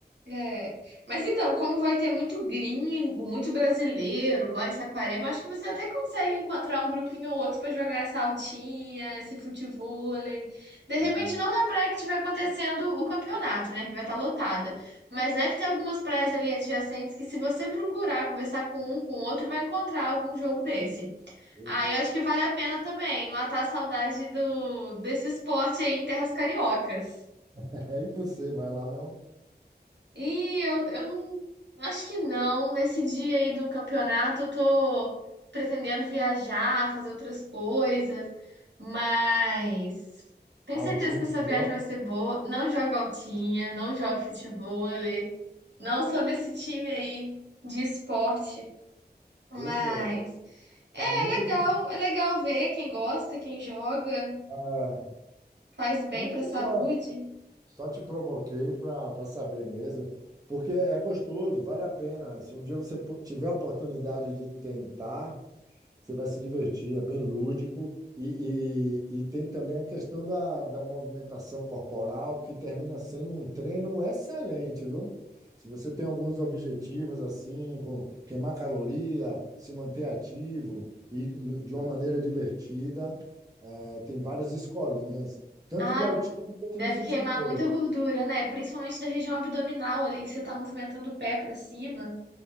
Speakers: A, on the right; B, on the right.
A: É. Mas então, como vai ter muito gringo, muito brasileiro lá em Saquarema, eu acho que você até consegue encontrar um grupinho ou outro pra jogar essa altinha, esse futevôlei. De repente,
B: Ah,
A: não na praia que estiver acontecendo o campeonato, né? Que vai estar lotada. Mas deve ter algumas praias ali adjacentes que, se você procurar conversar com um, com o outro, vai encontrar algum jogo desse.
B: beleza.
A: Ah, eu acho que vale a pena também matar a saudade do desse esporte aí em terras cariocas.
B: <laughs> aí você vai lá, não?
A: E eu, eu não acho que não. Nesse dia aí do campeonato, eu tô pretendendo viajar, fazer outras coisas, mas tenho
B: Ah,
A: certeza
B: o time,
A: que essa
B: você
A: viagem
B: joga?
A: vai ser boa. Não jogo altinha, não jogo futevôlei, não sou desse time aí de esporte, mas
B: Pois é,
A: é
B: tá muito
A: legal,
B: legal.
A: é legal ver quem gosta, quem joga.
B: Ah,
A: Faz bem
B: não,
A: para a saúde?
B: só, só te provoquei para saber mesmo, porque é gostoso, vale a pena. Se um dia você pu- tiver a oportunidade de tentar, você vai se divertir, é bem lúdico. E, e, e tem também a questão da, da movimentação corporal, que termina sendo um treino excelente, viu? Se você tem alguns objetivos, assim, com queimar caloria, se manter ativo e no- de uma maneira divertida, eh, tem várias escolinhas, tanto
A: Ah,
B: de altinho quanto
A: deve
B: de futebol.
A: queimar muita gordura, né? Principalmente da região abdominal ali, que você tá movimentando o pé para cima.